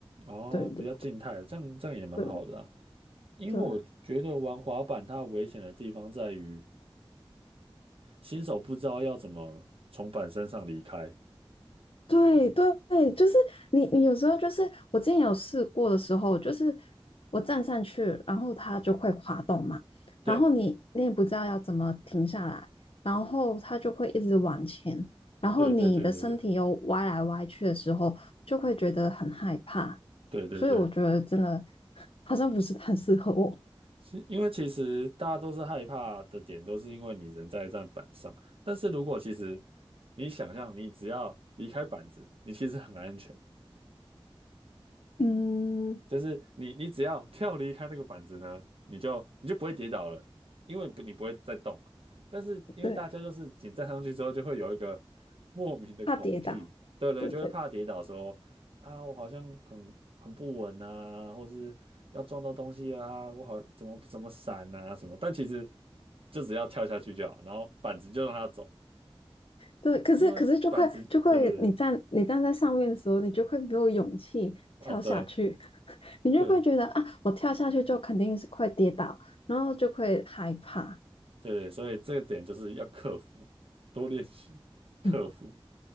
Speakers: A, on the right; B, on the left.
A: 哦，
B: 对对
A: 比较静态，这样这样也蛮好的啊。
B: 对
A: 因为我觉得玩滑板它危险的地方在于，
B: 对。
A: 新手不知道要怎么从板身上离开。
B: 对对对，就是你，你有时候就是我之前有试过的时候，就是我站上去，然后它就会滑动嘛，
A: 对，
B: 然后你你也不知道要怎么停下来，然后它就会一直往前，然后你的身体又歪来歪去的时候，
A: 对，对，对，对，
B: 就会觉得很害怕，
A: 对，对，
B: 所以我觉得真的
A: 对，对。
B: <laughs> 好像不是很适合我。
A: 其因为其实大家都是害怕的点，都是因为你人在一站板上。但是如果其实你想象，你只要离开板子，你其实很安全。
B: 嗯，
A: 就是你你只要跳离开那个板子呢，你就你就不会跌倒了，因为不你不会再动。但是因为大家就是你站上去之后，
B: 对，
A: 就会有一个莫名的恐惧，
B: 怕跌倒。
A: 对对，
B: 对对
A: 就会怕跌倒说啊，我好像很很不稳啊，或是要撞到东西啊，我好怎么怎么闪啊什么。但其实就只要跳下去就好，然后板子就让它走，
B: 对，可是可是就会就会，
A: 因为板子，对对对，
B: 你站你站在上面的时候，你就会没有勇气跳下去，
A: 哦对。
B: <laughs> 你就会觉得啊，
A: 对
B: 我跳下去就肯定是会跌倒，然后就会害怕。
A: 对对，所以这个点就是要克服，多练习，克服。
B: 嗯，